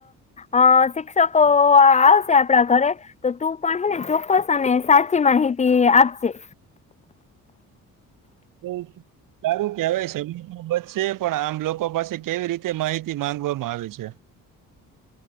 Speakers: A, on the left (about 20°); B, on the right (about 80°).
A: અ શિક્ષકો આવશે. આપડા ઘરે તો તું પણ હેને ચોક્કસ અને સાચી માહિતી આપશે.
B: બ છે. <unintelligible> સારું કેવાય સમાં બચશે પણ આમ લોકો પાસે કેવી રીતે માહિતી માંગવામાં આવે છે.